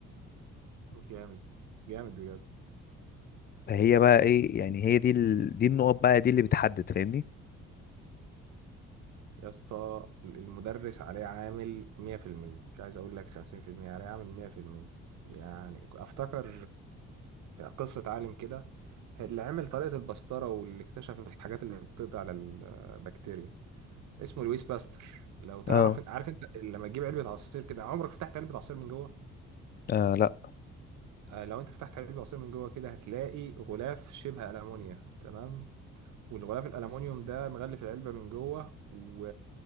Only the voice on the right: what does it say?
جامد جامد بجد
يا اسطى المدرس عليه عامل 100% مش عايز اقول لك 50% عليه عامل 100% يعني افتكر يعني قصة عالم كده اللي عمل طريقة البسترة واللي اكتشف الحاجات اللي بتقضي على البكتيريا اسمه لويس باستر لو تعرف
عارف انت لما تجيب علبة عصير كده عمرك فتحت علبة عصير من جوه
آه، لو انت فتحت علبة عصير من جوه كده هتلاقي غلاف شبه ألمونيا تمام والغلاف الالومنيوم ده مغلف العلبه من جوه و...